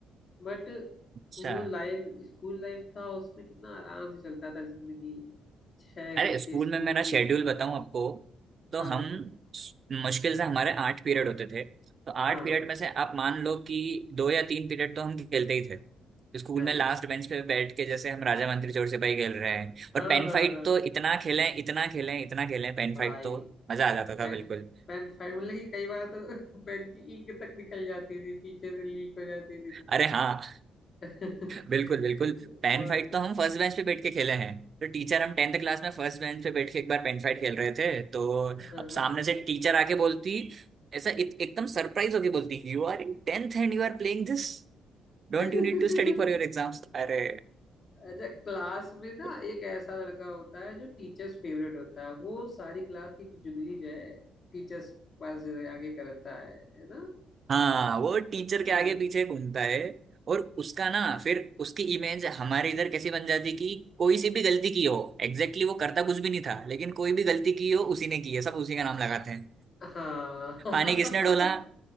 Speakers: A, on the left; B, on the right.
A: बट
B: अच्छा
A: जो लाइफ स्कूल लाइफ था उसमें कितना आराम से चलता था जिंदगी छह
B: अरे
A: घंटे
B: स्कूल
A: स्कूल
B: में मेरा
A: में बीते
B: शेड्यूल बताऊं आपको तो
A: हाँ
B: हम मुश्किल से हमारे आठ पीरियड होते थे तो आठ
A: हाँ
B: पीरियड में से आप मान लो कि दो या तीन पीरियड तो हम खेलते ही थे स्कूल
A: अरे
B: में लास्ट
A: भाई
B: बेंच पे बैठ के जैसे हम राजा मंत्री चोर सिपाही खेल रहे हैं
A: हाँ
B: और पेन
A: हाँ
B: फाइट
A: हाँ
B: तो इतना खेलें इतना खेलें इतना खेलें पेन
A: भाई
B: फाइट तो मजा आ जाता
A: पेन
B: था बिल्कुल
A: पेन फाइव मतलब कि कई बार तो <laughs> पेन की इंक तक निकल जाती थी पीछे से लीक हो जाती थी
B: अरे हाँ
A: <laughs>
B: बिल्कुल बिल्कुल पेन
A: बहुत
B: फाइट तो हम फर्स्ट बेंच पे बैठ के खेले हैं तो टीचर हम टेंथ क्लास में फर्स्ट बेंच पे बैठ के एक बार पेन फाइट खेल रहे थे तो
A: हाँ
B: अब
A: हाँ
B: सामने से टीचर आके बोलती ऐसा इत, एकदम सरप्राइज होके बोलती you are in टेंथ and you are playing this don't
A: अच्छा
B: you need to study for your exams अरे
A: क्लास में ना
B: तो-
A: एक ऐसा लड़का होता है जो टीचर्स फेवरेट होता है वो सारी क्लास की चुगली जो है टीचर्स पास आगे करता है है ना
B: हाँ वो टीचर
A: हाँ
B: के आगे पीछे घूमता है और उसका ना फिर उसकी इमेज हमारे इधर कैसी बन जाती कि कोई सी भी गलती की हो एग्जैक्टली exactly वो करता कुछ भी नहीं था लेकिन कोई भी गलती की हो उसी ने की है सब उसी का नाम लगाते हैं
A: हाँ।
B: पानी किसने डोला
A: <laughs>